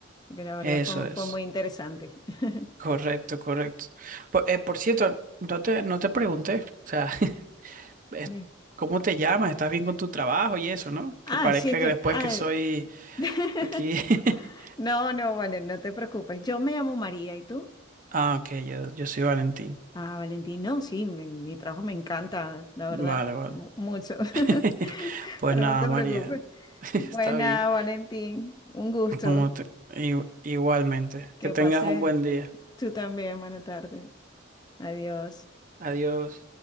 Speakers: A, on the left; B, on the right.
A: porque la verdad
B: Eso
A: fue,
B: es.
A: fue muy interesante. <laughs>
B: Correcto, correcto. Por, eh, por cierto, no te, no te pregunté, o sea, <laughs> es-
A: Bien.
B: ¿cómo te llamas? ¿Estás bien con tu trabajo y eso, no?
A: Ah,
B: Que parezca
A: sí, estoy...
B: que después
A: ah,
B: que soy
A: <laughs>
B: aquí... <laughs>
A: No, no, vale, no te preocupes. Yo me llamo María, ¿y tú?
B: Ah, ok, yo, yo soy Valentín.
A: Ah, Valentín, no, sí, mi, mi trabajo me encanta, la
B: Vale,
A: verdad,
B: vale.
A: mu- mucho. <laughs>
B: <laughs> Pues
A: Pero
B: nada,
A: no te
B: María,
A: preocupes.
B: <laughs>
A: Buena,
B: está bien.
A: Valentín, un gusto.
B: Como te- i- igualmente,
A: Que
B: que tengas
A: pases
B: un buen día.
A: tú también. Buena tarde. Adiós.
B: Adiós.